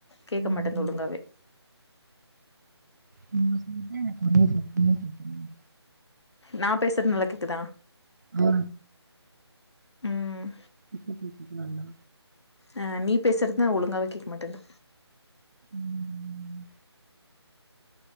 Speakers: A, on the left (about 75°); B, on the right (about 40°).
A: கேக்க
B: ம்.
A: மாட்டேன்து ஒழுங்காவே
B: நீங்க சொல்லிதா ரொம்ப புடிக்கு ரொம்ப புடிக்கு
A: நா பேசற்த் நல்லா கேக்குதா
B: அ
A: ம்
B: இப்ப கேக்குது நல்லா
A: அ நீ பேசற்தா ஒழுங்காவே கேக்க மாட்டன்து
B: ம்